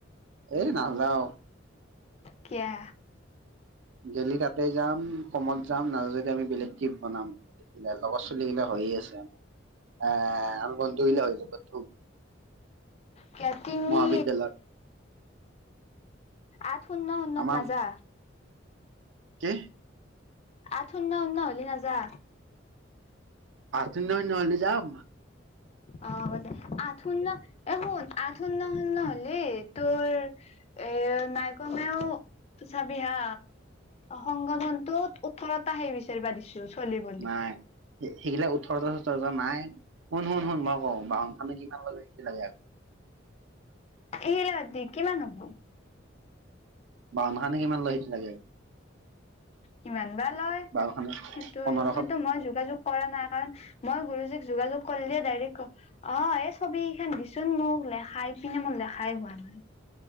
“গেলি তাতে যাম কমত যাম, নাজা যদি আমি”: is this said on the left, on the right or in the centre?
Right